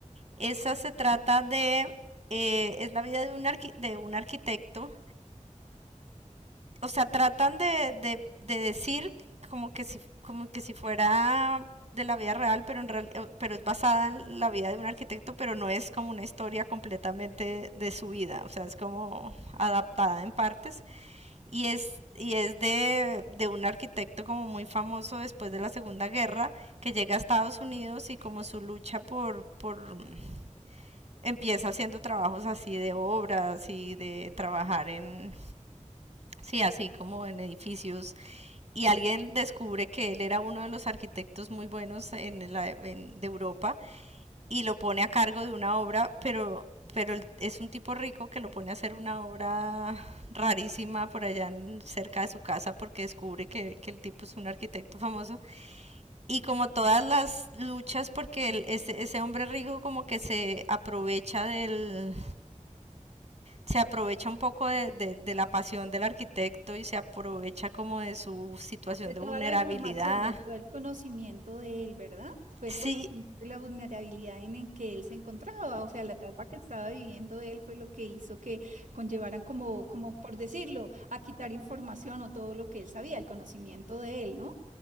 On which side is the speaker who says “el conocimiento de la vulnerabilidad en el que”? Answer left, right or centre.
Right